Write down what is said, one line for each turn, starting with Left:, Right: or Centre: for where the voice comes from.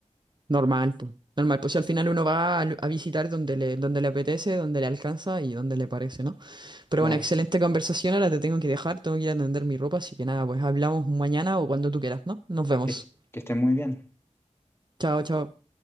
Right: Normal, pues. Normal, pues si al final uno va a, lu- a visitar donde le, donde le apetece, donde le alcanza y donde le parece, ¿no? Pero
Left: Claro,
Right: bueno, excelente conversación, ahora te tengo que dejar, tengo que ir a tender mi ropa, así que nada, pues hablamos mañana o cuando tú quieras, ¿no? Nos vemos.
Left: que, que esté muy bien.
Right: Chao, chao.